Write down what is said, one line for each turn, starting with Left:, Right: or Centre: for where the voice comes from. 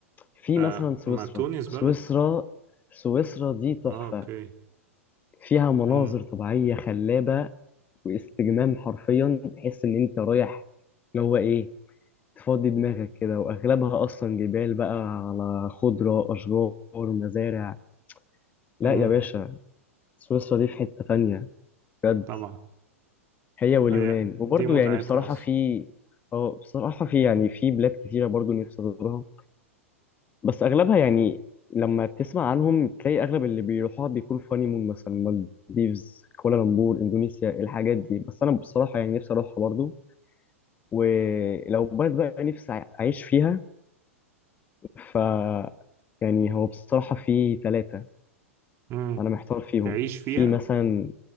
Left: في
Right: آه
Left: مثلا سويسرا
Right: ما تونس
Left: سويسرا
Right: بلد
Left: سويسرا دي تحفه
Right: اه اوكي
Left: فيها مناظر
Right: امم
Left: طبيعيه خلابه واستجمام حرفيا تحس ان انت رايح اللي هو ايه تفضي دماغك كده واغلبها اصلا جبال بقى على خضره اشجار مزارع لا
Right: امم
Left: يا باشا سويسرا دي في حتة تانية بجد
Right: طبعا
Left: هي واليونان
Right: أي
Left: وبرضه
Right: دي متعتها
Left: يعني بصراحة
Right: اصلا
Left: في اه بصراحة في يعني في بلاد كتيرة برضه نفسي أزورها بس أغلبها يعني لما تسمع عنهم تلاقي أغلب اللي بيروحوها بيكون في هانيمون مثلا مالديفز كوالالمبور إندونيسيا الحاجات دي بس أنا بصراحة يعني نفسي أروحها برضه ولو بلد بقى نفسي أعيش فيها ف يعني هو بصراحة في ثلاثة
Right: امم
Left: أنا محتار فيهم
Right: تعيش فيها
Left: في مثلا